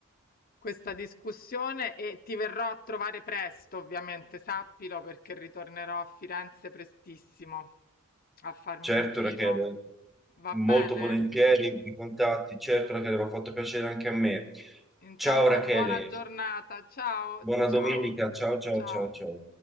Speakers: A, on the left; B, in the centre.
A: questa discussione e ti verrò a trovare presto, ovviamente, sappilo, perché ritornerò a Firenze prestissimo a farmi
B: certo
A: un giro.
B: Rachele,
A: Va
B: molto
A: bene?
B: volentieri i contatti, certo Rachele, mi ha fatto piacere anche a me.
A: Intanto
B: Ciao Rachele,
A: buona giornata. Ciao,
B: buona
A: ciao,
B: domenica, ciao ciao
A: ciao.
B: ciao ciao.